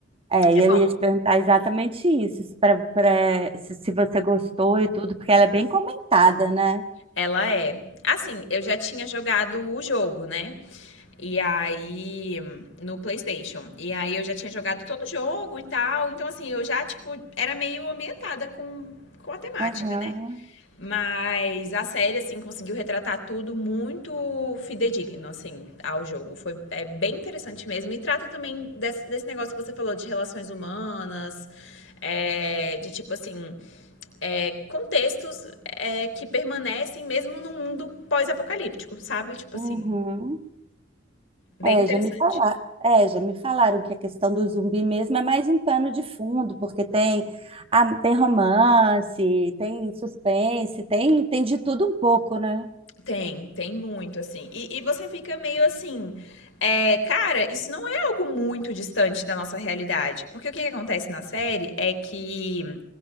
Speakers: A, on the right (about 30°); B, on the left (about 75°).
A: É, e
B: É bom.
A: eu ia te perguntar exatamente isso, se, pra, pra- se, se você gostou e tudo, porque ela é bem comentada, né?
B: Ela é. Assim, eu já tinha jogado o jogo, né? E aí, no PlayStation. E aí eu já tinha jogado todo o jogo e tal. Então, assim, eu já, tipo, era meio ambientada com, com a temática,
A: Aham,
B: né? Mas a série, assim, conseguiu retratar tudo muito fidedigno, assim, ao jogo. Foi é bem interessante mesmo. E trata também desse, desse negócio que você falou de relações humanas. é, de tipo assim, é, contextos é, que permanecem mesmo num mundo pós-apocalíptico, sabe? Tipo
A: uhum.
B: assim, bem
A: É,
B: interessante.
A: já me falaram, é, já me falaram que a questão do zumbi mesmo é mais um pano de fundo, porque tem, ah, tem romance, tem suspense, tem, tem de tudo um pouco, né?
B: Tem, tem muito, assim. E, e você fica meio assim. É, cara, isso não é algo muito distante da nossa realidade. Porque o que, que acontece na série é que